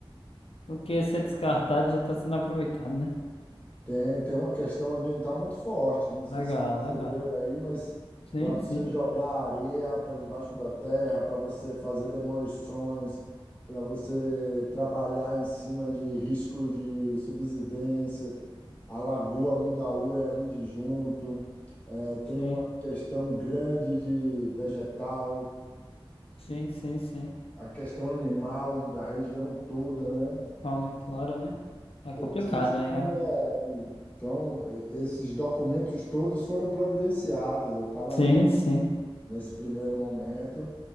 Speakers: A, on the left; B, on the left.
A: O que ia ser descartado já está sendo aproveitado, né?
B: Tem, tem uma questão ambiental muito forte, não sei
A: Legal,
B: se você
A: legal.
B: percebeu aí, mas
A: Sim,
B: para você
A: sim.
B: jogar areia para debaixo da terra, para você fazer demolições, para você trabalhar em cima de risco de subsidências, a Lagoa Mundaú é ali de junto, é, tem
A: Sim,
B: uma questão grande de vegetal,
A: sim, sim, sim.
B: a questão animal da região toda, né?
A: Fauna e flora, né? É
B: Eu
A: complicado,
B: esqueci
A: né?
B: como é. Então, e- esses documentos todos foram providenciados. Eu estava
A: Sim,
B: nesse
A: sim,
B: nesse primeiro momento,